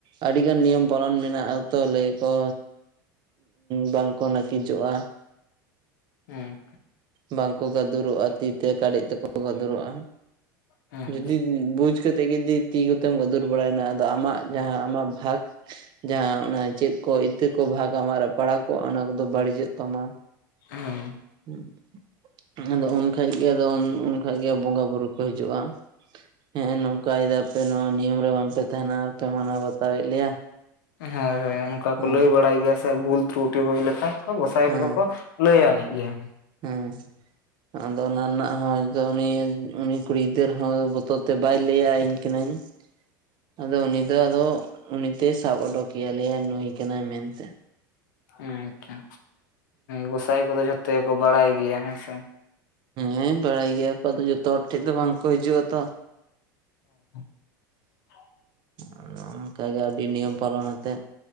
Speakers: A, on the right (about 45°); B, on the left (about 70°).
A: ᱟᱹᱰᱤ ᱜᱟᱱ ᱱᱤᱭᱚᱢ ᱯᱟᱞᱚᱱ ᱢᱮᱱᱟᱜᱼᱟ ᱛᱚ ᱞᱟᱹᱭ ᱟᱠᱚ ᱵᱟᱝ ᱠᱚ ᱱᱟᱹᱠᱤᱡᱚᱜᱼᱟ
B: ᱦᱮᱸ
A: ᱵᱟᱝ ᱠᱚ ᱜᱟᱫᱩᱨᱚᱜᱼᱟ ᱛᱤ ᱛᱮ ᱠᱟᱹᱰᱮᱡ ᱛᱮᱠᱚ ᱜᱟᱫᱩᱨᱚᱜᱼᱟ
B: ᱦᱮᱸ
A: ᱡᱩᱫᱤ ᱵᱩᱡᱽ ᱠᱟᱛᱮᱫ ᱜᱮ ᱛᱤ ᱠᱚᱛᱮᱢ ᱜᱟᱫᱩᱨ ᱵᱟᱲᱟᱭ ᱮᱱᱟ ᱟᱫᱚ ᱟᱢᱟᱜ ᱡᱟᱸᱦᱟ ᱟᱢᱟᱜ ᱵᱷᱟᱜᱽ ᱡᱟᱸᱦᱟ ᱚᱱᱟ ᱪᱮᱫ ᱠᱚ ᱤᱛᱟᱹ ᱠᱚ ᱵᱷᱟᱜᱽ ᱟᱢᱟᱜ ᱨᱮ ᱯᱟᱲᱟᱣ ᱠᱚᱜᱼᱟ ᱚᱱᱟ ᱠᱚᱫᱚ ᱵᱟᱹᱲᱤ‌ᱡᱚᱜ ᱛᱟᱢᱟ
B: ᱦᱮᱸ
A: <unintelligible> ᱟᱫᱚ ᱩᱱ ᱠᱷᱟᱡ ᱜᱮ ᱟᱫᱚ ᱩᱱ ᱠᱷᱟᱡ ᱜᱮ ᱵᱚᱸᱜᱟ ᱵᱩᱨᱩ ᱠᱚ ᱦᱤᱡᱩᱜᱼᱟ ᱦᱮᱸ ᱱᱚᱝᱠᱟᱭ ᱮᱫᱟ ᱯᱮ ᱱᱚᱣᱟ ᱱᱤᱭᱚᱢ ᱨᱮ ᱵᱟᱝ ᱯᱮ ᱛᱟᱦᱮᱱᱟ ᱵᱟᱝ ᱯᱮ ᱢᱟᱱᱟᱣ ᱵᱟᱛᱟᱣ ᱮᱫ ᱞᱮᱭᱟ
B: ᱦᱳᱭ ᱦᱳᱭ ᱚᱱᱠᱟ ᱠᱚ
A: ᱦᱮᱸ
B: ᱞᱟᱹᱭ ᱵᱟᱲᱟᱭ ᱜᱮᱭᱟ ᱥᱮ ᱵᱷᱩᱞ ᱛᱨᱩᱴᱤ ᱦᱩᱭ ᱞᱮᱠᱷᱟᱡ ᱜᱚᱸᱥᱟᱭ
A: ᱦᱮᱸ
B: ᱠᱚᱫᱚ ᱠᱚ ᱞᱟᱹᱭ ᱟᱹᱱᱤᱡ ᱜᱮᱭᱟ
A: ᱦᱮᱸ ᱟᱫᱚ ᱚᱱᱟ ᱨᱮᱱᱟᱜ ᱦᱚᱸ ᱩᱱᱤ ᱩᱱᱤ ᱠᱩᱲᱤ ᱜᱤᱫᱟᱹᱨ ᱦᱚᱸ ᱵᱚᱛᱚᱨ ᱛᱮ ᱵᱟᱭ ᱞᱟᱹᱭ-ᱟ ᱤᱧ ᱠᱟᱹᱱᱟᱹᱧ
B: <unintelligible>
A: ᱟᱫᱚ ᱩᱱᱤ ᱫᱚ ᱟᱫᱚ ᱩᱱᱤ ᱛᱮ ᱥᱟᱵ ᱳᱰᱳᱠ ᱮᱭᱟᱭ ᱞᱟᱹᱭᱟᱭ ᱱᱩᱭ ᱠᱟᱱᱟᱭ ᱢᱮᱱ ᱛᱮ
B: ᱟᱪᱪᱷᱟ ᱜᱚᱸᱥᱟᱭ ᱠᱚᱫᱚ ᱡᱷᱚᱛᱚ ᱜᱮ ᱠᱚ ᱵᱟᱲᱟᱭ ᱜᱮᱭᱟ ᱦᱮᱸ ᱥᱮ
A: ᱦᱮᱸ ᱵᱟᱲᱟᱭ ᱜᱮᱭᱟ ᱠᱚ ᱟᱫᱚ ᱡᱚᱛᱚ ᱦᱚᱲ ᱴᱷᱮᱡ ᱫᱚ ᱵᱟᱝ ᱠᱚ ᱦᱤᱡᱩᱜᱼᱟ ᱛᱚ
B: <unintelligible>
A: ᱚᱱᱮ ᱚᱱᱠᱟ ᱜᱮ ᱟᱹᱰᱤ ᱱᱤᱭᱚᱢ ᱯᱟᱞᱚᱱ ᱟᱛᱮᱫ